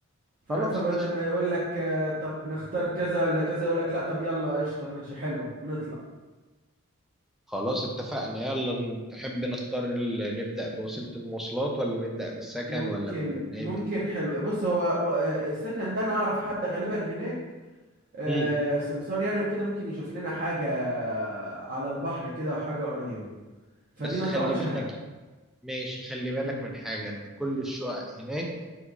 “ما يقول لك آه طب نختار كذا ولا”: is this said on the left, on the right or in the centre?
Right